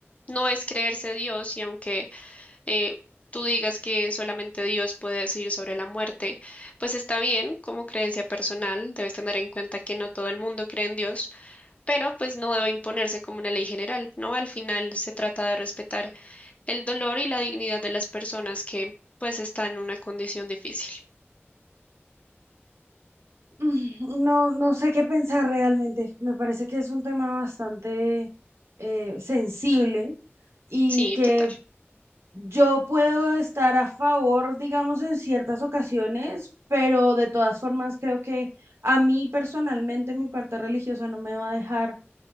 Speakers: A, on the left; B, on the right.
A: no es creerse Dios y aunque eh, tú digas que solamente Dios puede decidir sobre la muerte, pues está bien como creencia personal, debes tener en cuenta que no todo el mundo cree en Dios, pero pues no debe imponerse como una ley general, ¿no? Al final se trata de respetar el dolor y la dignidad de las personas que pues están en una condición difícil.
B: Mm, No, no sé qué pensar realmente. Me parece que es un tema bastante eh, sensible y
A: Sí,
B: que
A: total.
B: yo puedo estar a favor, digamos, en ciertas ocasiones, pero de todas formas creo que a mí personalmente mi parte religiosa no me va a dejar